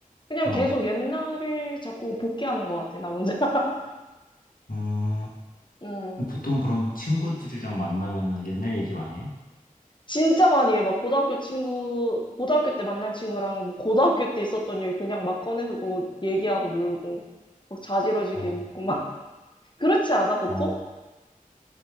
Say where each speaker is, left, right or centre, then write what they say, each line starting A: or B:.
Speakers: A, on the left; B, on the left.
A: 그냥
B: 어.
A: 계속 옛날을 자꾸 복귀하는 것 같아, 나 혼자. <laughs>
B: 음,
A: 음.
B: 보통 그럼 친구들이랑 만나면은 옛날 얘기 많이 해?
A: 진짜 많이 해. 막 고등학교 친구, 고등학교 때 만난 친구랑 뭐 고등학교 때 있었던 일 그냥 막 꺼내서 뭐 얘기하고 놀고, 막 자지러지게
B: 어,
A: 웃고 막. <laughs> 그렇지 않아, 보통?
B: 어.